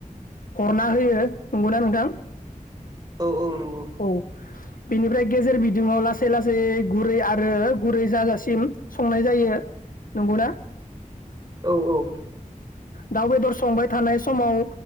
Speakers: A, on the left; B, on the right.
A: हरना होयो नंगौना नोंथां
B: औ औ नंगौ
A: औ बेनिफ्राय गेजेर बिदिङाव लासै लासै गुरै आरो गुरै जाजासिम संनाय जायो नंगौ ना
B: औ औ
A: दाउ बेदर संबाय थानाय समाव